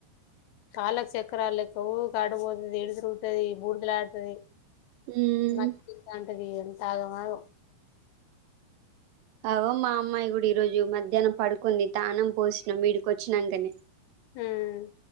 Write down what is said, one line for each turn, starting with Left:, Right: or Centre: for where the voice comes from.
Left: కళ్ాలకు చక్రాలు లెక్క ఊకు ఆడపోతుంది ఎడు తరుగుతుది బూడుదలాతాది
Right: ఉమ్
Left: మంచి అది అంతా ఆగమాగం
Right: అవో మా అమ్మాయి కూడా ఈరోోజు మధ్యాహ్నం పడుకుంది తానం పోసినాం ఈడికి వచ్చినాకనే
Left: హమ్